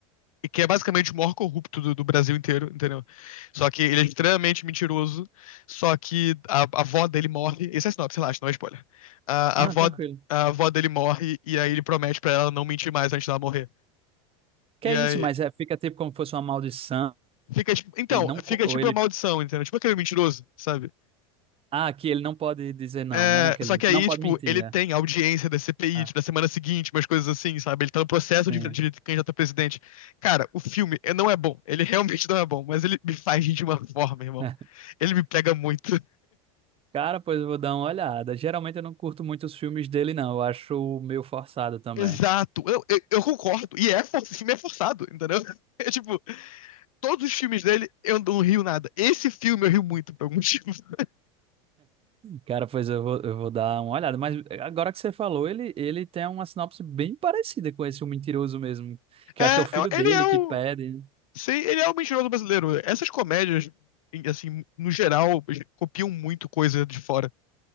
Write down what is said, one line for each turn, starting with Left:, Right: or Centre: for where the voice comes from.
Left: e que é basicamente o maior corrupto do, do Brasil inteiro, entendeu? Só que ele é extremamente mentiroso, só que a, a avó dele morre. Esse é sinopse, relaxa, não é spoiler. A,
Right: Ah,
Left: a avó,
Right: tranquilo.
Left: a avó dele morre e aí ele promete pra ela não mentir mais antes dela morrer.
Right: Que
Left: E
Right: é isso,
Left: aí
Right: mas é, fica tipo como se fosse uma maldição.
Left: fica tipo, então,
Right: E não, co-
Left: fica
Right: ou
Left: tipo
Right: ele.
Left: uma maldição, entendeu? Tipo aquele mentiroso, sabe?
Right: Ah, que ele não pode dizer não,
Left: É,
Right: né? Naquele,
Left: só que aí,
Right: não pode
Left: tipo,
Right: mentir.
Left: ele tem
Right: É.
Left: audiência da CPI,
Right: Ah,
Left: tipo, da semana seguinte, umas coisas assim, sabe? Ele tá no processo
Right: sim.
Left: de, de candidato a presidente. Cara, o filme é- não é bom. Ele realmente não é bom, mas ele me faz rir de uma forma, irmão.
Right: <laughs>
Left: Ele me pega muito.
Right: Cara, pois eu vou dar uma olhada. Geralmente eu não curto muito os filmes dele, não. Eu acho meio forçado também.
Left: Exato. Eu, eu, eu concordo. E é, for- esse filme é forçado, entendeu? <laughs> É tipo, todos os filmes dele eu não rio nada. Esse filme eu rio muito por algum motivo. <laughs>
Right: Cara, pois eu vou, eu vou dar uma olhada. Mas eh, agora que você falou, ele, ele tem uma sinopse bem parecida com esse O Mentiroso mesmo. Que
Left: É,
Right: eu acho que é o filho
Left: eu- ele
Right: dele
Left: é
Right: que
Left: o.
Right: pede. né?
Left: Sei, ele é o mentiroso brasileiro. Essas comédias, em- assim, no geral, copiam muito coisa de fora.